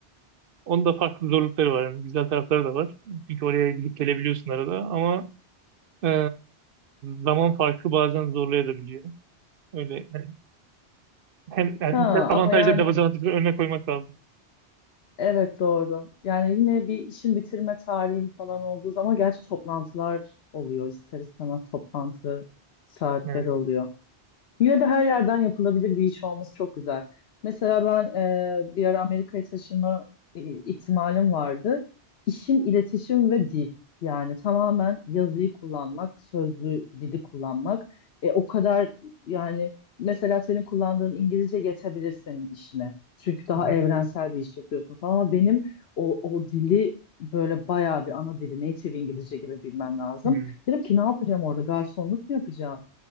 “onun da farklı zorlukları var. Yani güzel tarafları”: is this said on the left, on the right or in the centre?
Right